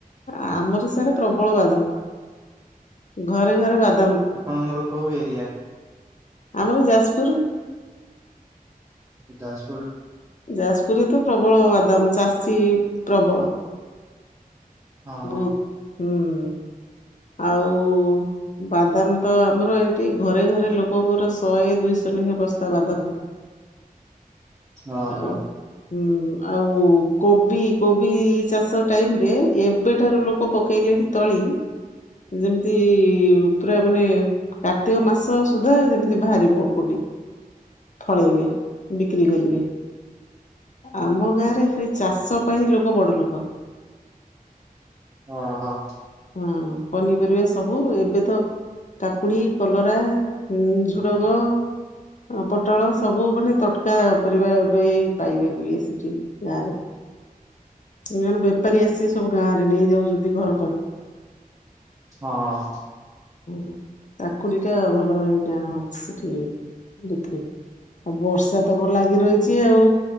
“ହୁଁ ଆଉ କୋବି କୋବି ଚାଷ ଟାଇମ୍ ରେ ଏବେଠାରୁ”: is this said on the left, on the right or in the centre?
Left